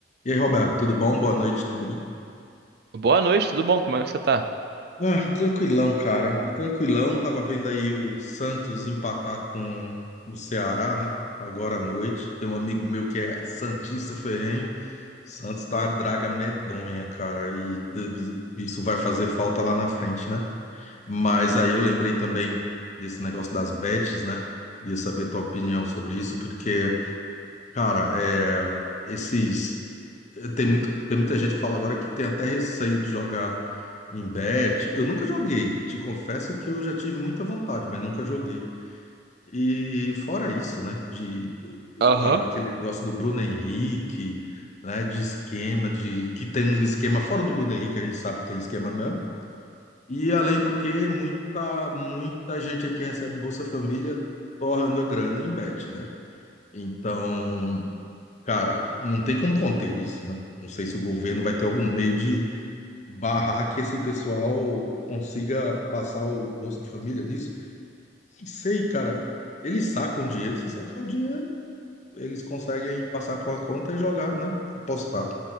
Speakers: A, on the left (about 40°); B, on the right (about 60°).
A: E aí, Roberto, tudo bom? Boa noite, tudo bom?
B: Boa noite, tudo bom? Como é que você tá?
A: Ah, tranquilão, cara. Tranquilão. Tava vendo aí o Santos empatar com o Ceará, né? Agora à noite. Tem um amigo meu que é santista ferrenho. Santos tá uma draga medonha, cara. E d- d- isso vai fazer falta lá na frente, né? Mas aí eu lembrei também desse negócio das bets, né? Queria saber tua opinião sobre isso, porque, cara, é, esses tem muito, tem muita gente que fala agora que tem até receio de jogar Em bet, eu nunca joguei. Te confesso que eu já tive muita vontade, mas nunca joguei. E fora isso, né? De, do- do-
B: Aham,
A: lá daquele negócio do Bruno Henrique, né? De esquema, de que tem uns esquema fora do Bruno Henrique, a gente sabe que tem esquema mesmo. E além do que, muita muita gente aí que recebe Bolsa Família torrando a grana em bet, né? Então, cara, não tem como conter isso, né? Não sei se o governo vai ter algum meio barrar que esse pessoal consiga passar o Bolsa Família nisso. Nem sei, cara. Eles sacam dinheiro, se sacar o dinheiro, eles conseguem passar para uma conta e jogar, né? Apostar.